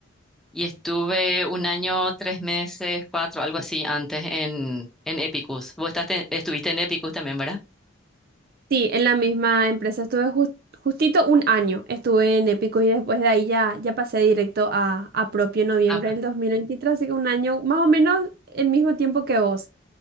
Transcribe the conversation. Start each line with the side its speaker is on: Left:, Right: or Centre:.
Centre: y estuve un año, tres meses, cuatro, algo así antes en, en Epicus. Vos estás, estuviste en Epicus también, ¿verdad?
Right: Sí, en la misma empresa estuve jus- justito un año. Estuve en Épico y después de ahí ya, ya pasé directo a, a propio en noviembre
Centre: Ah, pues.
Right: del 2023, así que un año más o menos el mismo tiempo que vos.